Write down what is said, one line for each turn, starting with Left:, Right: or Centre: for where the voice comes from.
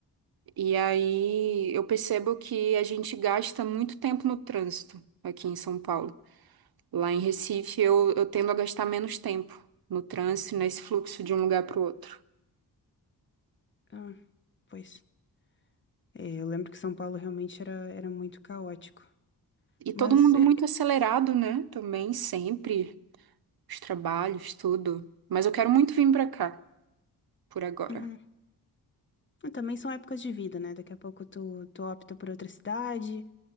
Right: E aí eu percebo que a gente gasta muito tempo no trânsito aqui em São Paulo. Lá em Recife, eu, eu tendo a gastar menos tempo no trânsito, nesse fluxo de um lugar para o outro.
Left: Ah, pois. É, eu lembro que São Paulo realmente era, era muito caótico.
Right: E todo
Left: Mas.
Right: mundo
Left: é,
Right: muito
Left: é,
Right: acelerado, né? Também, sempre. Os trabalhos, tudo. Mas eu quero muito vir para cá, por agora.
Left: uhum. Também são épocas de vida, né? Daqui a pouco tu, tu opta por outra cidade.